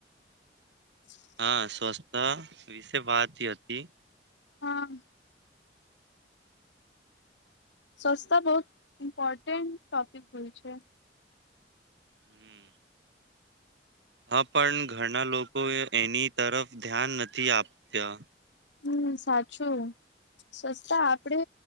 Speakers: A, on the left; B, on the right.
A: <inaudible>
B: હા સ્વછતા વિશે વાત થઈ હતી.
A: હા. સસ્તા બહુ ઈમ્પોર્ટન્ટ ટોપિક હોય છે.
B: હમ. હા પણ ઘરના લોકોએ એની તરફ ધ્યાન નથી આપતા.
A: હમ સાચું. સ્વસ્તા આપડે